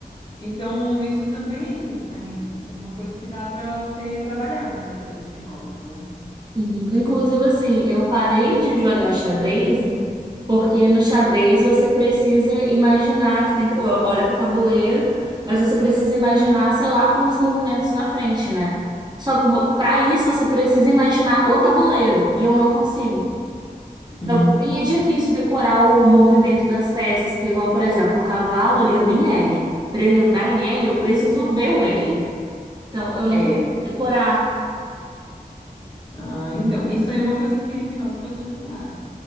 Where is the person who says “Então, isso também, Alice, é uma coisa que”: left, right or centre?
Left